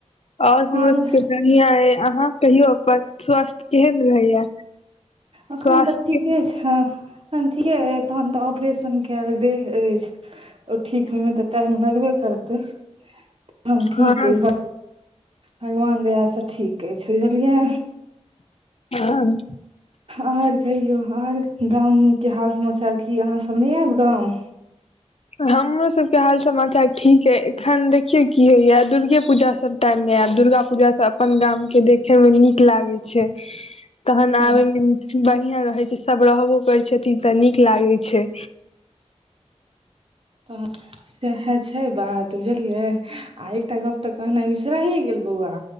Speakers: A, on the left (about 60°); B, on the right (about 55°).
A: आइ हमरा
B: और
A: सबके या ए अहाँ कहियौ अपन स्वस्थ केहन रहैया
B: एखन
A: स्वास्थ्य
B: तऽ ठीके छै एखन ठीकेय तहन तऽ ऑपरेशन कयल देह अछि ओ ठीक होइमे तऽ टाइम लगबे करतै तखन ठीक
A: हँ
B: अइ भगवान दया से ठीक अछि बुझलियै
A: हँ
B: आर कहियो आर गाम के हाल समाचार आ की अहाँ सब नइ आयब गाम
A: हमरो सबके हाल समाचार ठीक अय एखन देखियौ की होइया दुर्गे पूजा सब टाइम मे आयब दुर्गा पूजा सब अपन गाम के देखे में नीक लागे छै तहन
B: हम
A: आबे मे बढ़िआँ रहै छै सब रहबो करै छथिन तऽ नीक लागै छै
B: आहा सएह छै बात बुझलियै आ एकटा गप तऽ कहनाइ बिसराइ गेल बौआ